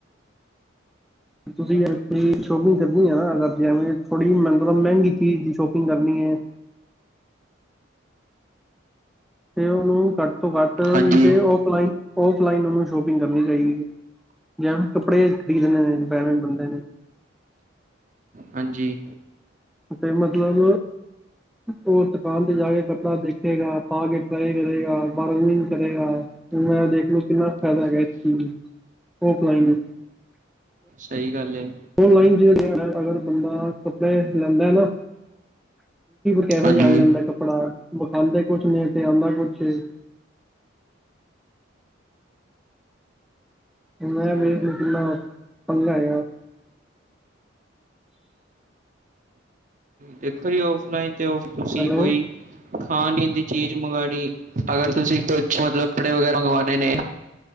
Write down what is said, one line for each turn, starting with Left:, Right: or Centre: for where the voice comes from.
Centre: ਤੁਸੀਂ ਐਕਚੁਲੀ ਸ਼ੋਪਿੰਗ ਕਰਨੀ ਹੈ ਨਾ ਥੋੜ੍ਹੀ ਮਤਲਬ ਮਹਿੰਗੀ ਚੀਜ਼ ਦੀ ਸ਼ੋਪਿੰਗ ਕਰਨੀ ਹੈ ਤੇ ਉਹਨੂੰ ਘੱਟ ਤੋਂ ਘੱਟ
Right: ਹਾਂਜੀ
Centre: ਨੀ ਤੇ ਓਫਲਾਈਨ ਓਫ ਲਈਨ ਉਹਨੂੰ ਸ਼ੋਪਿੰਗ ਕਰਨੀ ਚਾਹੀਦੀ ਹੈ ਜਾਂ ਫਿਰ ਕੱਪੜੇ ਖਰੀਦਣੇ ਨੇ ਨਵੇਂ ਬੰਦੇ ਨੇ
Right: ਹਾਂਜੀ
Centre: ਤੇ ਮਤਲਬ ਉਹ ਦੁਕਾਨ ਤੇ ਜਾ ਕੇ ਕੱਪੜਾ ਦੇਖ ਗਾ, ਪਾ ਕੇ ਟ੍ਰਈ ਕਰੇਗਾ, ਬਾਰਿੰਗ ਕਰੇਗਾ। ਮੈਂ ਦੇਖਲੋ ਕਿੰਨਾ ਫ਼ਾਇਦਾ ਹੈਗਾ ਇਸ ਚੀਜ਼ ਨੂੰ, ਔਫਲਾਈਨ।
Right: ਸਹੀ ਗੱਲ ਏ।
Centre: ਓਫਲਾਈਨ ਜੇੜੇ ਅਗਰ ਬੰਦਾ ਕੱਪੜੇ ਲੈਂਦਾ ਨਾ। ਕੇਵੇ
Right: ਹਾਂਜੀ
Centre: ਜਾਂ ਆ ਜਾਂਦਾ ਕੱਪੜਾ, ਵਿਖਾਉਂਦੇ ਕੁਛ ਨੇ ਤੇ ਆਉਂਦਾ ਕੁਛ ਏ। ਮੈਂ
Right: ਸਹੀ
Centre: ਵੇਖ
Right: ਗੱਲ ਹੈ
Centre: ਕਿੰਨਾ ਪੰਗਾਂ ਹੈਗਾ।
Right: ਦੇਖੋ ਜੀ ਓਫਲਾਈਨ ਤੇ ਤੁਸੀਂ
Centre: ਹੈਲੋ
Right: ਕੋਈ ਖਾਣ- ਪੀਣ ਦੀ ਚੀਜ਼ ਮੰਗਵਾਉਣੀ। ਅਗਰ ਤੁਸੀਂ ਕੁਛ ਮਤਲਬ ਕੱਪੜੇ ਵਗੈਰਾ ਮੰਗਵਾਉਣੇ ਨੇ।